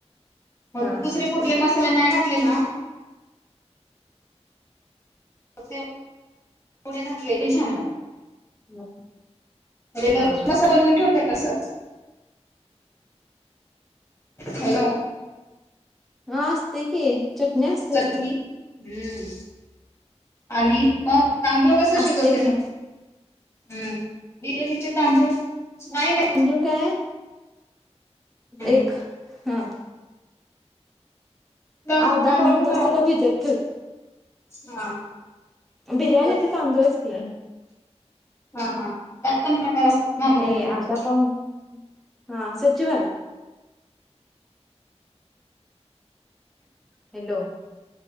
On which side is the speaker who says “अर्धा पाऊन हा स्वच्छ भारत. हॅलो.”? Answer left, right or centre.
Centre